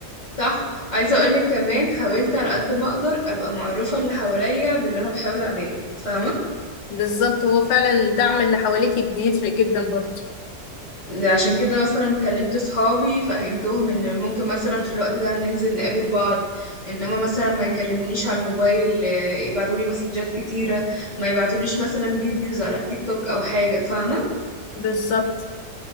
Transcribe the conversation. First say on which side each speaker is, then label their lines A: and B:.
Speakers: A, on the left; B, on the left.
A: صح عايزة اقولك كمان حاولت على قد ما اقدر ابقى معرفة اللي حواليا باللي انا بحاول اعمله فاهمة
B: بالظبط هو فعلا الدعم اللي حواليكي بيفرق جدا برضه
A: عشان كده مثلا كلمت صحابي فهمتهم ان ممكن مثلا في الوقت ده ننزل نقابل بعض انما مثلا ما يكلمونيش على الموبايل يبعتوا لي مسجات كتيرة ما يبعتوليش مثلا فيديوز على التيك توك او حاجة فاهمة
B: بالظبط